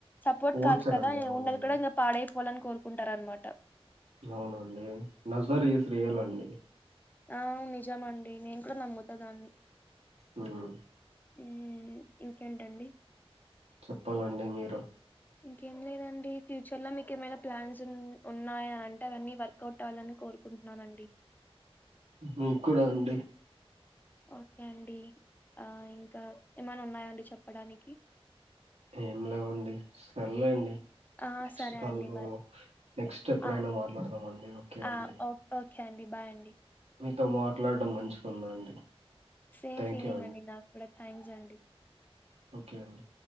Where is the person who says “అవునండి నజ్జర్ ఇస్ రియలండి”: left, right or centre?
Right